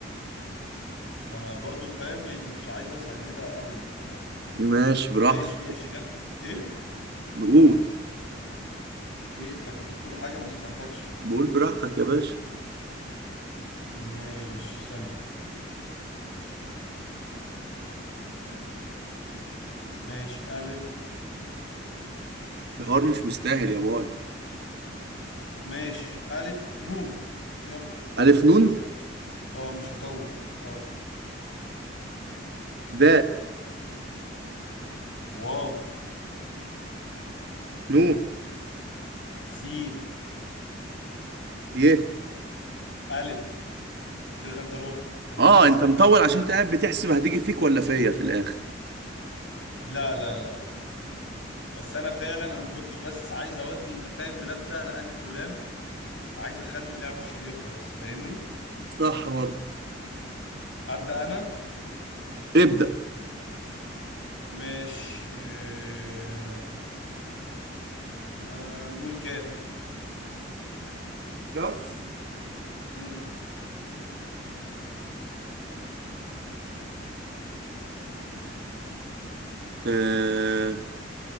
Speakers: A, on the left; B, on the right.
A: ما انا برضو فاهم يعني مش عايز اسهلها قوي ف
B: ماشي براحتك
A: ماشي ماشي جت ايه
B: بقول
A: ايه انت كنت بتقول حاجة انا ما سمعتكش
B: بقول براحتك يا باشا
A: ماشي ثانية ماشي الف
B: الحوار مش مستاهل يا باي
A: ماشي الف نون يلا
B: ألف نون
A: مش يعني اه مش هطول اه
B: د
A: واو
B: نون
A: سين
B: ي
A: الف كده انت ربع اندونيسيا
B: اه انت مطول عشان انت قاعد بتحسب هتيجي فيك ولا فيا في الآخر
A: لا لا لا لا بس انا فعلا انا ما كنتش بس عايز اودي انت فاهم بلاد سهلة الف ولام عايز اخلي اللعبة شيقة بس فاهمني
B: صح برضه
A: ابدا انا
B: ابدأ
A: ماشي آه... آه... نقول كاف
B: كف
A: مم.
B: آه